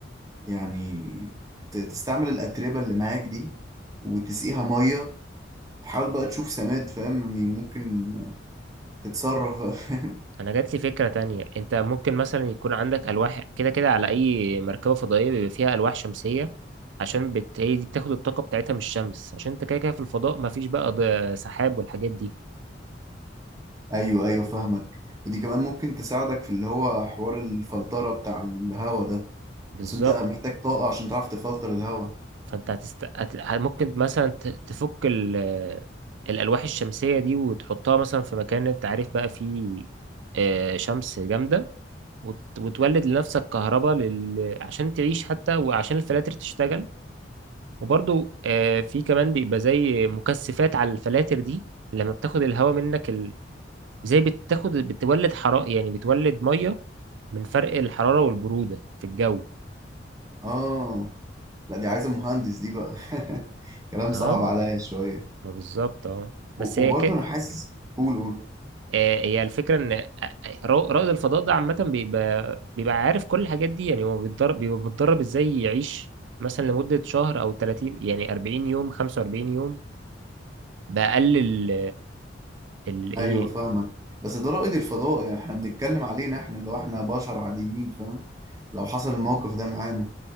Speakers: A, on the right; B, on the right.
A: يعني ت- تستعمل الاتربة اللي معاك دي وتسقيها مية تحاول بقى تشوف سماد فاهم يعني ممكن تتصرف <laughs> فاهم
B: انا جات لي فكره تانية انت ممكن مثلا يكون عندك الواح كده كده على اي مركبه فضائيه بيبقى فيها الواح شمسيه عشان بت... هي دي بتاخد الطاقه بتاعتها من الشمس عشان انت كده كده في الفضاء مفيش بقى ض- سحاب والحاجات دي
A: ايوه ايوه فاهمك ودي كمان ممكن تساعدك في اللي هو حوار الفلترة بتاع الهوا ده
B: بالظبط
A: بس انت محتاج طاقة عشان تعرف تفلتر الهوا
B: فانت هتست... هت... ه- ممكن مثلا ت... تفك ال... الالواح الشمسيه دي وتحطها مثلا في مكان انت عارف بقى فيه آه، شمس جامده وت... وتولد لنفسك كهرباء لل... عشان تعيش حتى وعشان الفلاتر تشتغل وبرضو آه، في كمان بيبقى زي مكثفات على الفلاتر دي لما بتاخد الهواء منك ال... زي بتاخد بتولد حرارة يعني بتولد مية من فرق الحرارة والبرودة في الجو
A: اه لا دي عايزة مهندس دي بقى <laughs> كلام
B: اه
A: صعب عليا شوية
B: ما بالظبط اه بس
A: و-
B: هي
A: وبرضه
B: ك...
A: انا حاسس قول قول
B: آه، هي الفكرة ان آه، آه، را- رائد الفضاء ده عامة بيبقى بيبقى عارف كل الحاجات دي يعني هو بيتدرب بيبقى متدرب ازاي يعيش مثلا لمدة شهر او 30 يعني 40 يوم 45 يوم بأقل ال- ال- ايه
A: ايوه فاهمك بس ده رائد الفضاء يعني احنا بنتكلم علينا احنا اللي هو احنا بشر عاديين فاهم لو حصل الموقف ده معانا